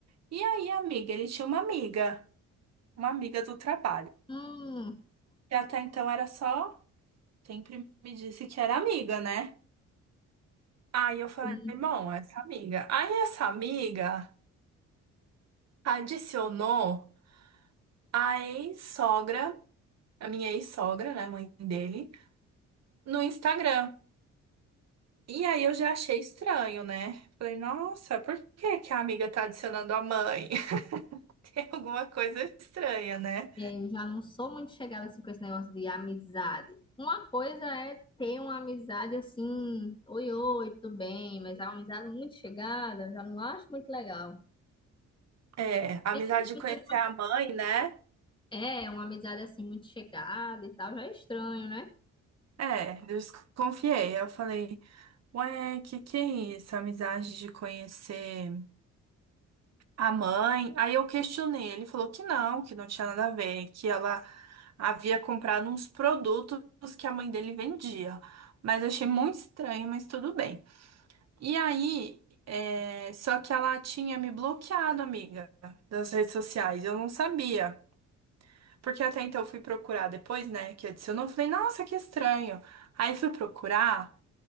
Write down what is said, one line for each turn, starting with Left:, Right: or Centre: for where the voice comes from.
Right: E aí, amiga, ele tinha uma amiga, uma amiga do trabalho,
Left: <laughs>
Right: que até então era só, sempre me disse que era amiga, né? Aí eu falei,
Left: Hum.
Right: bom, essa amiga. Aí essa amiga adicionou a ex-sogra, a minha ex-sogra, né, mãe dele. no Instagram. E aí eu já achei estranho, né? Falei, nossa, por que que a amiga tá adicionando a mãe? <laughs> Tem alguma coisa estranha, né?
Left: É, eu já não sou muito chegada assim com esse negócio de amizade. Uma coisa é ter uma amizade assim, oi, oi, tudo bem, mas é uma amizade muito chegada, eu já não acho muito legal.
Right: É, a
Left: É,
Right: amizade
Left: que
Right: de
Left: eu
Right: conhecer
Left: tenho-
Right: a mãe, né?
Left: é, uma amizade assim muito chegada e tal, já é estranho, né?
Right: É, eu desconfiei. Eu falei, ué, que que é isso? Amizade de conhecer a mãe? Aí eu questionei. Ele falou que não, que não tinha nada a ver, que ela havia comprado uns produtos que a mãe dele vendia. Mas eu achei muito estranho, mas tudo bem. E aí, é, só que ela tinha me bloqueado, amiga, das redes sociais. Eu não sabia. Porque até então eu fui procurar depois, né, que adicionou. Eu falei, nossa, que estranho. Aí fui procurar